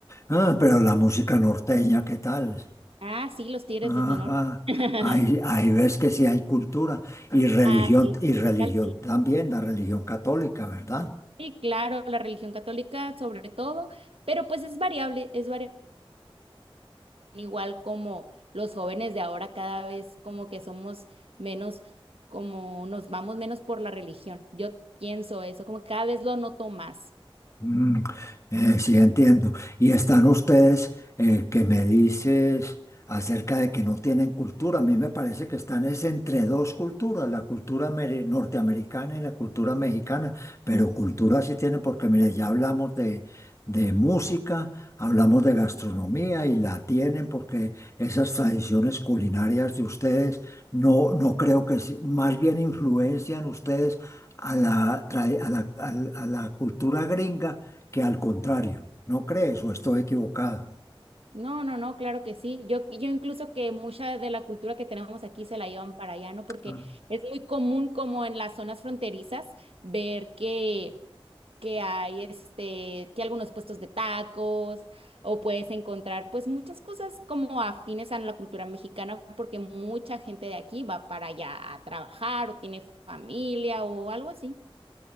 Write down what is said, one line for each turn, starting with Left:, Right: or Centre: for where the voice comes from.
Left: Ah, pero la música norteña, ¿qué tal?
Right: Ah, sí, los Tigres
Left: Ajá.
Right: del Norte. <laughs>
Left: Ahí, ahí ves que sí hay cultura y religión,
Right: Ah, sí,
Left: y
Right: musical,
Left: religión
Right: sí.
Left: también, la religión católica, ¿verdad?
Right: Sí, claro, la religión católica sobre todo, pero pues es variable, es variable. Igual como los jóvenes de ahora cada vez como que somos menos, como nos vamos menos por la religión. Yo pienso eso, como cada vez lo noto más.
Left: Mm, eh, sí, entiendo. Y están ustedes eh, que me dices acerca de que no tienen cultura. A mí me parece que están es entre dos culturas, la cultura mere- norteamericana y la cultura mexicana. Pero cultura sí tienen porque, mire, ya hablamos de, de música, hablamos de gastronomía y la tienen porque esas tradiciones culinarias de ustedes no, no creo que, se- más bien influencian ustedes a la, trae- a la, al- a la cultura gringa que al contrario. ¿No crees o estoy equivocado?
Right: No, no, no, claro que sí. Yo, yo incluso que mucha de la cultura que tenemos aquí se la llevan para allá, ¿no? Porque
Left: Ah.
Right: es muy común como en las zonas fronterizas ver que, que hay este, que algunos puestos de tacos o puedes encontrar pues muchas cosas como afines a la cultura mexicana porque mucha gente de aquí va para allá a trabajar o tiene familia o algo así.